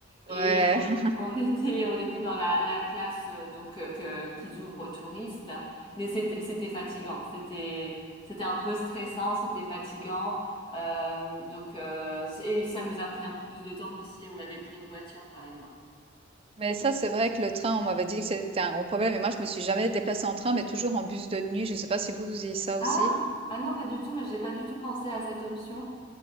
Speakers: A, on the left; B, on the right.
A: Et
B: ouais.
A: on,
B: <laughs>
A: on était, on était dans la, la classe euh, donc euh, que, qu'ils ouvrent aux touristes, mais c'était, c'était fatigant, c'était, c'était un peu stressant, c'était fatigant. Euh, donc euh, et ça nous a pris un peu plus de temps que si on avait pris une voiture, par exemple.
B: Mais ça, c'est vrai que le train, on m'avait dit que c'était un gros problème. Et moi, je me suis jamais déplacée en train, mais toujours en bus de nuit. Je sais pas si vous, vous avez ça aussi.
A: Ah, ah non, pas du tout, mais j'ai pas du tout pensé à cette option.